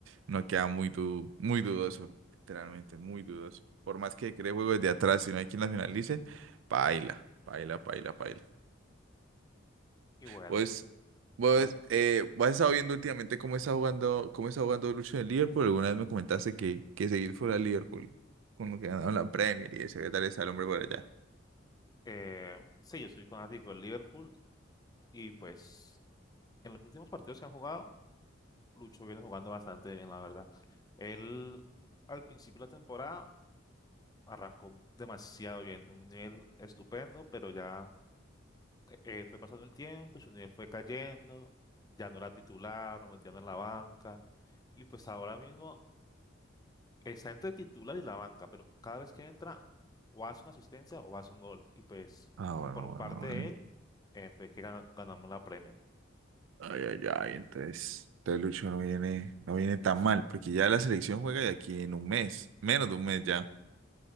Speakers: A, on the right; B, on the left.
A: no queda muy, du- muy dudoso, literalmente, muy dudoso. Por más que cree juego desde atrás, si no hay quien la finalice, paila, paila, paila, paila.
B: y bueno,
A: Pues, vos,
B: como
A: eh, vos has estado viendo últimamente cómo está jugando, cómo está jugando Lucho en el Liverpool. Alguna vez me comentaste que, que seguir fuera al Liverpool, con lo que ganaron la Premier y eso ¿qué tal está el hombre por allá?
B: eh, sí, yo soy fanático del Liverpool y pues en los últimos partidos que han jugado, Lucho viene jugando bastante bien, la verdad. Él al principio de la temporada arrancó demasiado bien, un nivel estupendo, pero ya eh, fue pasando el tiempo, y su nivel fue cayendo, ya no era titular, lo metían en la banca, y pues ahora mismo está entre titular y la banca, pero cada vez que entra, o hace una asistencia o hace un gol, y pues
A: Ah, bueno,
B: por
A: bueno,
B: parte de
A: bueno.
B: él eh, fue que gana- ganamos la Premier.
A: Ay, ay, ay, entonces, entonces Lucho no viene, no viene tan mal, porque ya la selección juega de aquí en un mes, menos de un mes ya,